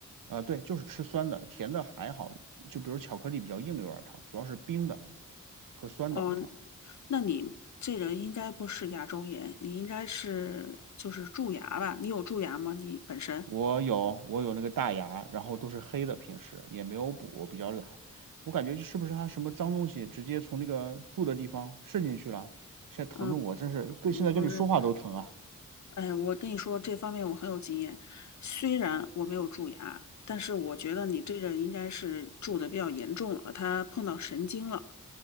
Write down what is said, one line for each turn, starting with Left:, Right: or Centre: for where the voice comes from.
Right: 啊、对，就是吃酸的，甜的还好，就比如巧克力比较硬的有点疼，主要是冰的和酸的会疼。
Left: 哦，那你这个应该不是牙周炎，你应该是就是蛀牙吧？你有蛀牙吗？你本身？
Right: 我有我有那个大牙，然后都是黑的，平时也没有补，我比较懒。我感觉就是不是它什么脏东西直接从那个住的地方渗进去了？现在疼的我真是跟现在跟你说话都疼啊。
Left: 嗯嗯，不是，哎，我跟你说，这方面我很有经验。虽然我没有蛀牙，但是我觉得你这个应该是蛀的比较严重了，它碰到神经了，